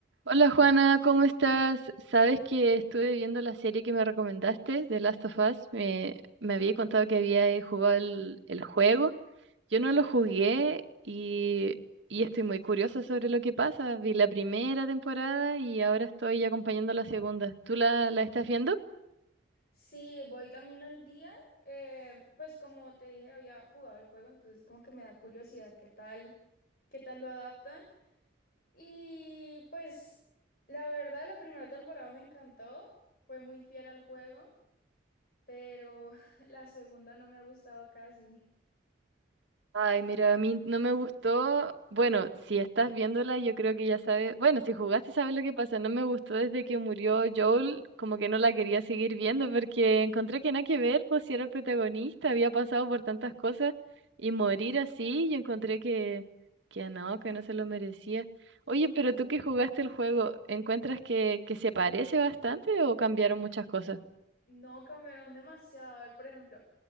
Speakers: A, on the right; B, on the left.
A: Hola Juana, ¿cómo estás? Sabes que estuve viendo la serie que me recomendaste, The Last of Us. Me, me había contado que había eh, jugado el, el juego. Yo no lo jugué y, y estoy muy curiosa sobre lo que pasa. Vi la primera temporada y ahora estoy acompañando la segunda. ¿Tú la, la estás viendo?
B: Sí, voy también al día. eh, pues como te dije, había jugado el juego, entonces como que me da curiosidad qué tal, qué tal lo adaptan. Y pues la verdad, la primera temporada me encantó, fue muy fiel al juego, pero <laughs> la segunda no me ha gustado casi.
A: Ay, mira, a mí no me gustó. Bueno, si estás viéndola, yo creo que ya sabes. Bueno, si jugaste, sabes lo que pasa. No me gustó desde que murió Joel, como que no la quería seguir viendo porque encontré que nada que ver, pues si era el protagonista, había pasado por tantas cosas y morir así, yo encontré que, que no, que no se lo merecía. Oye, pero tú que jugaste el juego, ¿encuentras que, que se parece bastante o cambiaron muchas cosas?
B: No cambiaron demasiado. A ver, por ejemplo,